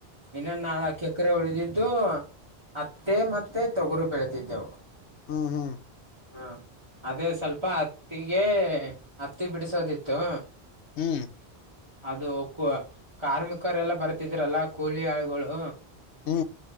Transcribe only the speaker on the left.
ಹ್ಮ ಹ್ಮ
ಹ್ಮ
ಹ್ಮ